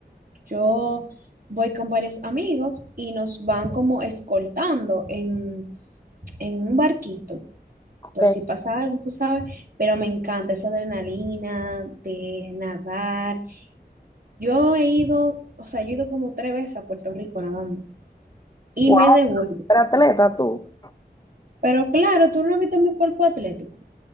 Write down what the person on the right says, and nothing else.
Yo voy con varios amigos y nos van como escoltando en, en un barquito.
por si pasa algo, tú sabes, pero me encanta esa adrenalina de nadar. Yo he ido, o sea, yo he ido como tres veces a Puerto Rico nadando y
me devuelvo.
Pero claro, tú no has visto mi cuerpo atlético.